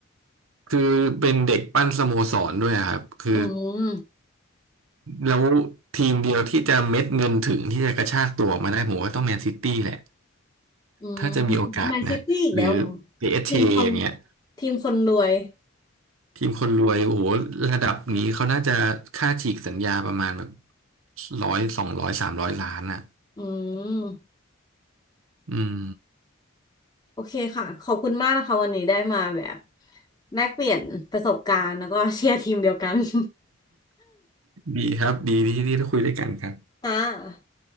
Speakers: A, on the right (about 70°); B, on the left (about 20°).
A: คือเป็นเด็กปั้นสโมสรด้วยอะครับคือ
B: อืม
A: แล้วทีมเดียวที่จะเม็ดเงินถึงที่จะกระชากตัวออกมาได้ผมว่าต้องแมนซิตี้แหละ
B: อืม
A: ถ้าจะมีโอกาสนะหรือ
B: แมนซิตี้อีกแล้วเหรอ
A: PSG
B: ทีมคน
A: อสจีอย่างเงี้ย
B: ทีมคนรวย
A: ทีมคนรวยโอ้โหระดับนี้เขาน่าจะค่าฉีกสัญญาประมาณแบบร้อยสองร้อยสามร้อยล้านอ่ะ
B: อืม
A: อืม
B: โอเคค่ะขอบคุณมากนะคะวันนี้ได้มาแบบแลกเปลี่ยนประสบการณ์แล้วก็เชียร์ทีมเดียวกัน <laughs>
A: ดีครับดีที่ที่ได้คุยด้วยกันครับ
B: ค่ะ